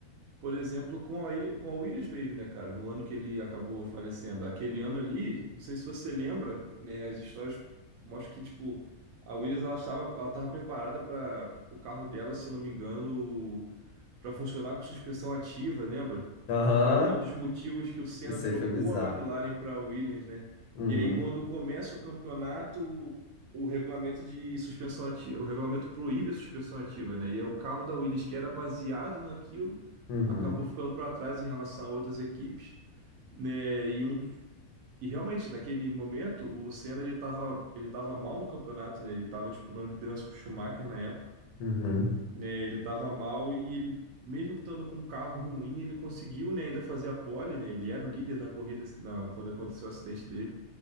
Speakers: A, on the right; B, on the left.
A: por exemplo, com a Ilha, com a Williams mesmo, né, cara? No ano que ele acabou falecendo, aquele ano ali, não sei se você lembra, né, as histórias mostram que tipo a Williams ela estava ela estava preparada para o carro dela, se eu não me engano, para funcionar com suspensão ativa, lembra?
B: Aham,
A: Que foi até um dos motivos que o Senna
B: Isso
A: trocou
B: aí foi bizarro.
A: a McLaren para a Williams, né?
B: Uhum,
A: E aí, quando começa o campeonato, o regulamento de suspensão ativa, o regulamento proíbe a suspensão ativa, né? E aí, o carro da Williams, que era baseado naquilo,
B: uhum,
A: acabou ficando para trás em relação a outras equipes, né? E um dos- E realmente, naquele momento, o Senna ele estava ele tava mal no campeonato, né? Ele estava disputando liderança com o Schumacher na época
B: uhum.
A: né? Ele tava mal e ele, mesmo estando com um carro ruim, ele conseguiu, né, ainda fazer a pole, né? Ele era o líder da corrida na- quando aconteceu o acidente dele.